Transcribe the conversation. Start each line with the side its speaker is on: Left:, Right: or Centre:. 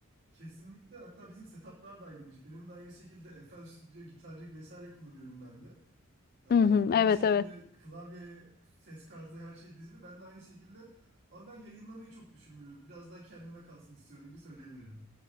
Right: Kesinlikle. Hatta bizim setuplar da aynıymış. Benim de aynı şekilde FL Studio, Guitar Rig vesaire kullanıyorum ben de. Ee,
Left: Hı hı,
Right: aynı
Left: evet
Right: şekilde
Left: evet.
Right: klavyeye, ses kartı her şey dizili. Ben de aynı şekilde ama ben yayınlamayı çok düşünmüyorum. Biraz daha kendime kalsın istiyorum gibi söyleyebilirim.